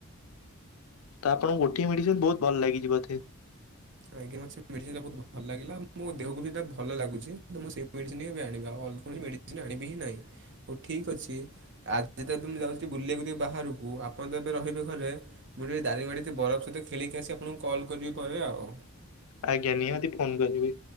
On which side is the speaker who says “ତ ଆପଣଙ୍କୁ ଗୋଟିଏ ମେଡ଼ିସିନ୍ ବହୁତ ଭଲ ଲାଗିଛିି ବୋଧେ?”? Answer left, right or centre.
Left